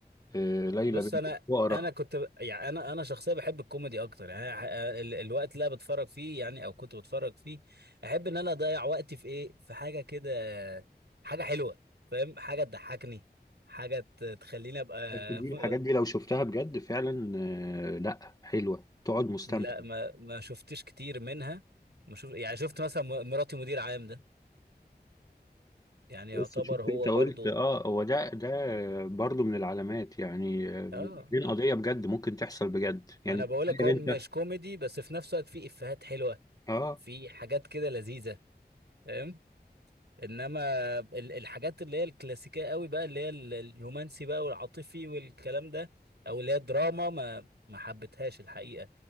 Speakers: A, on the left; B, on the right.
A: آه، ليلى
B: بص
A: بنت
B: انا
A: الفقراء
B: انا كنت ب- يعني انا انا شخصيا بحب الكوميدي اكتر يعني أنا- ال- الوقت اللي انا بتفرج فيه يعني او كنت بتفرج فيه احب ان انا اضيع وقتي في ايه في حاجه كده حاجه حلوه فاهم حاجه تضحكني حاجه ت- تخليني ابقى
A: دي
B: <laughs>
A: الحاجات دي لو شفتها بجد فعلا آه، لا حلوه تقعد مستمتع
B: لا ما ما شفتش كتير منها ما شوف يعني شفت مثلا مراتي مدير عام ده يعني يعتبر
A: بس شوف
B: هو
A: انت قلت
B: برضو
A: اه هو ده ده برضو من العلامات يعني آه،
B: اه
A: وبعدين
B: اه
A: قضيه بجد ممكن تحصل بجد
B: ما
A: يعني
B: انا بقولك
A: تخيل
B: هو
A: انت
B: مش كوميدي بس في نفس الوقت فيه افيهات حلوه
A: اه
B: في حاجات كده لذيذه فاهم انما ال- الحاجات اللي هي الكلاسيكيه قوي بقى اللي هي ال- الرومانسي بقى والعاطفي والكلام ده او اللي هي دراما ما ما حبيتهاش الحقيقه